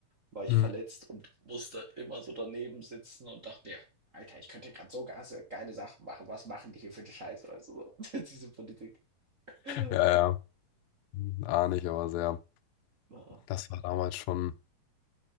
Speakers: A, on the right; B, on the left.
A: war ich
B: Mhm.
A: verletzt und musste immer so daneben sitzen und dachte mir, Alter, ich könnte gerade so geile, geile Sachen machen. Was machen die hier für eine Scheiße? Also, <laughs> so, diese Politik. Äh,
B: Ja, ja. Hm, Ahne ich aber sehr.
A: ja,
B: Das war damals schon,